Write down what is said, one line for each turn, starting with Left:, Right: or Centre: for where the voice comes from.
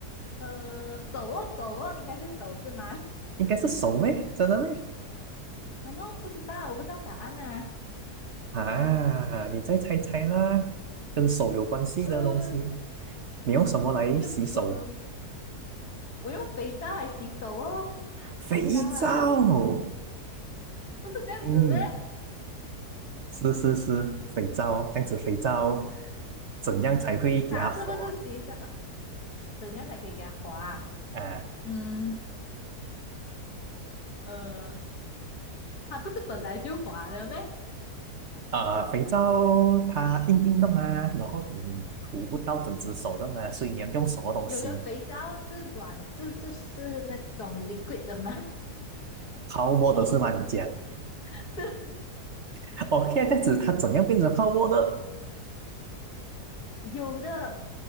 Left: 呃，手哦手哦，应该是手是吗？
Right: 应该是手咩？真的咩？
Left: 啊，那不知道，我不知道答案啊。
Right: 啊，你再猜猜啦，跟手有关系的东西。
Left: 呃，
Right: 你用什么来洗手？
Left: 啊，手哟！我用肥皂来洗手哦，
Right: 肥皂。
Left: 肥皂啊，不是这样子咩？
Right: 嗯，是是是，肥皂，这样子肥皂怎样才会给它滑？
Left: 答案是不是洗手？怎样才可以给它滑啊
Right: 呃
Left: 嗯呃，它不是本来就滑的咩？
Right: 呃，肥皂它硬硬的嘛，然后你涂不到整只手的嘛，所以你要用什么东西？
Left: 有的肥皂是软，就是是那种 liquid 的吗？
Right: 泡沫的是吗？你讲
Left: <laughs> 对，
Right: <laughs>，OK，这样子它怎样变成泡沫的？
Left: 有的